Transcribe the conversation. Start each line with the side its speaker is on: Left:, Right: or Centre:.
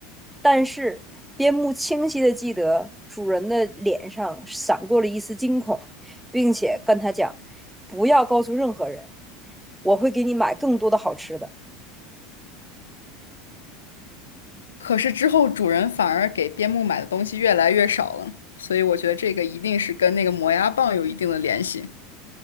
Centre: 但是，边牧清晰的记得主人的脸上闪过了一丝惊恐，并且跟他讲：“不要告诉任何人，我会给你买更多的好吃的。”
Left: 可是之后主人反而给边牧买的东西越来越少了，所以我觉得这个一定是跟那个磨牙棒有一定的联系。